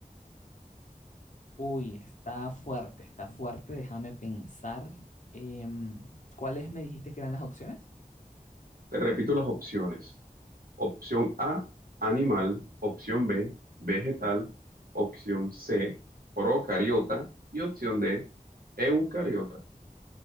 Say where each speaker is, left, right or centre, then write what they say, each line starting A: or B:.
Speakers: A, on the left (about 55°); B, on the right (about 75°).
A: Uy, está fuerte, está fuerte. Déjame pensar. Em, ¿cuáles me dijiste que eran las opciones?
B: Te repito las opciones. Opción A, animal, opción B, vegetal, opción C, procariota y opción D, eucariota.